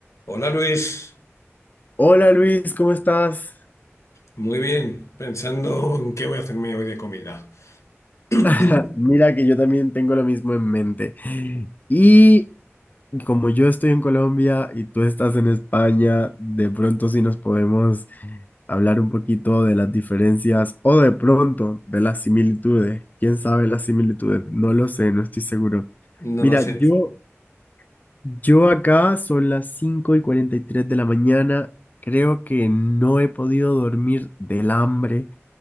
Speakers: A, on the left; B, on the left.
A: Hola Luis,
B: Hola Luis, ¿cómo estás?
A: muy bien, pensando en qué voy a hacerme hoy de comida. <clears throat>
B: <laughs> Mira que yo también tengo lo mismo en mente. Y como yo estoy en Colombia y tú estás en España, de pronto sí nos podemos hablar un poquito de las diferencias o de pronto de las similitudes. ¿Quién sabe las similitudes? No lo sé, no estoy seguro.
A: No
B: Mira,
A: lo sé.
B: yo, yo acá son las 5 y 43 de la mañana. Creo que no he podido dormir del hambre.